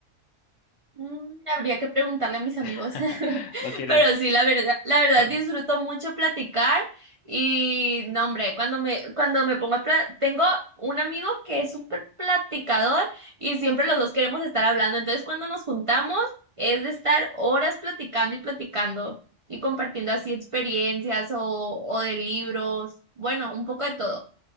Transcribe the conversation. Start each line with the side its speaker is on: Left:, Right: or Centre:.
Right: Mm, Habría que preguntarle a mis amigos,
Left: <laughs>
Right: <laughs>
Left: No quieres...
Right: pero sí, la verdad, la verdad
Left: no-
Right: disfruto mucho platicar y no, hombre, cuando me, cuando me pongo a pla- tengo un amigo que es súper platicador y siempre los dos queremos estar hablando, entonces cuando nos juntamos es de estar horas platicando y platicando y compartiendo así experiencias o, o de libros, bueno, un poco de todo.